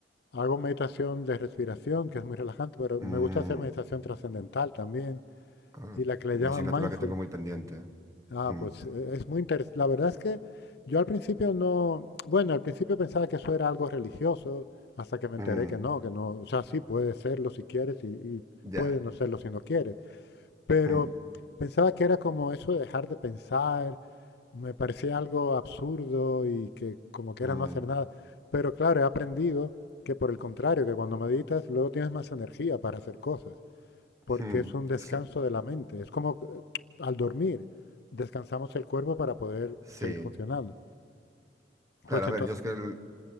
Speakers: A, on the left; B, on the right.
A: hago meditación de respiración, que es muy relajante, pero
B: mm,
A: me gusta hacer meditación trascendental también,
B: ah,
A: y la que le
B: una
A: llaman
B: asignatura
A: mindful.
B: que tengo muy pendiente. ¿eh?
A: Ah,
B: Ujú,
A: pues eh, es muy interesante. La verdad es que yo al principio no, bueno, al principio pensaba que eso era algo religioso, hasta que me enteré
B: mm,
A: que no, que no, o sea, sí puede serlo si quieres y, y
B: ya.
A: puede no serlo si no quieres. Pero
B: mm,
A: pensaba que era como eso de dejar de pensar, me parecía algo absurdo y que como que
B: mm,
A: era no hacer nada. Pero claro, he aprendido que por el contrario, que cuando meditas luego tienes más energía para hacer cosas porque
B: mm,
A: es un descanso
B: sí,
A: de la mente. Es como eh, al dormir, descansamos el cuerpo para poder
B: sí.
A: seguir funcionando.
B: Claro,
A: Pues entonces,
B: a ver, yo es que el...